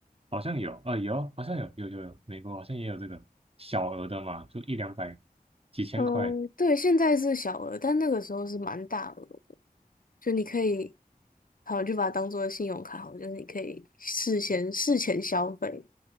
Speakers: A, on the right (about 40°); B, on the left (about 65°).
A: 好像有啊、有，好像有，有有有，美国好像也有这个小额的嘛，就一两百、几千块。
B: 嗯，对，现在是小额，但那个时候是蛮大额的，就你可以，好，就把它当做信用卡好了，就是你可以事先事前消费，